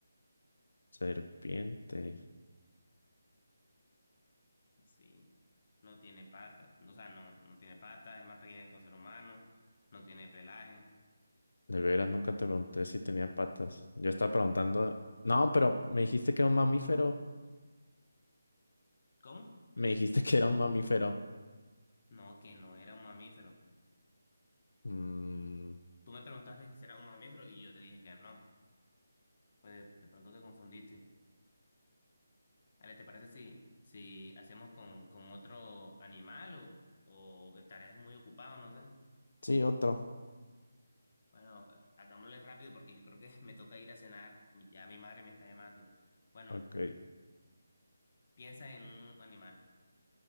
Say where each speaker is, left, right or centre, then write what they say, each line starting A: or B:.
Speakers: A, on the left (about 60°); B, on the left (about 25°).
A: Serpiente.
B: Sí, no tiene patas, o sea, no, no tiene patas, es más pequeña que un ser humano, no tiene pelaje.
A: De veras, nunca te pregunté si tenía patas. Yo estaba preguntando. No, pero me dijiste que era un mamífero.
B: ¿Cómo?
A: Me dijiste <laughs> que era un mamífero.
B: No, que no era un mamífero.
A: Mm,
B: Tú me preguntaste que si era un mamífero y yo te dije que no. Pues de, de pronto te confundiste. Ale, ¿te parece si, si hacemos con, con otro animal o, o estarás muy ocupado, no sé?
A: Sí, otro.
B: Bueno, eh, hagámosle rápido porque yo creo que <laughs> me toca ir a cenar. Mi- Ya mi madre me está llamando. Bueno,
A: ok,
B: piensa en un animal.